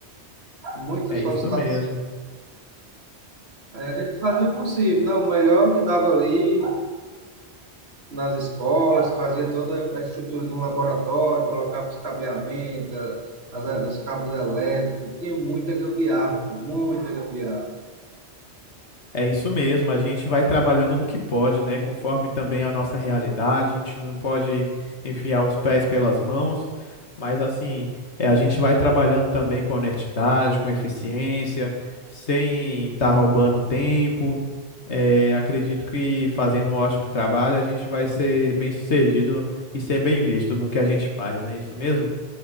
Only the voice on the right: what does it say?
muita
solicitação.
Aí a gente fazia o possível, né? O melhor que dava ali, nas escolas, fazia toda a estrutura de um laboratório, colocava os cabeamentos, as- os cabos elétricos, tinha muita gambiarra, pô, muita gambiarra,